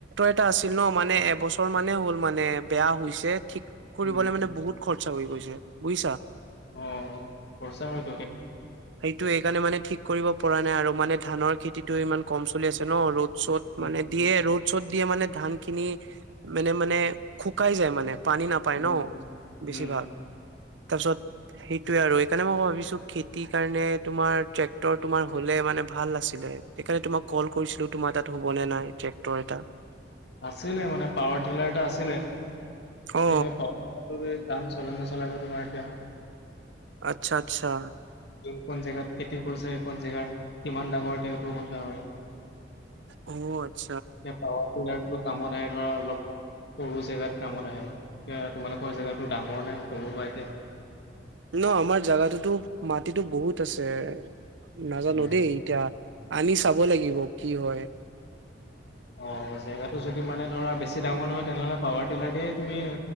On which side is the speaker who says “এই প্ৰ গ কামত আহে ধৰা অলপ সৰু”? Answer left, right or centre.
Left